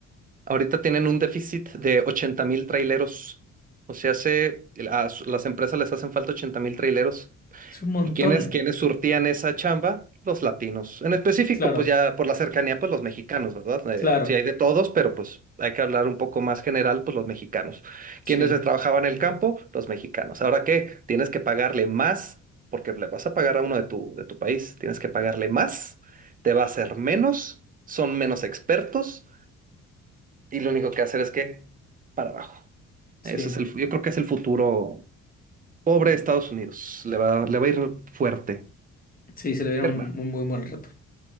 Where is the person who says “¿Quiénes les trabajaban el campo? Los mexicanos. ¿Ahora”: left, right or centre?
Right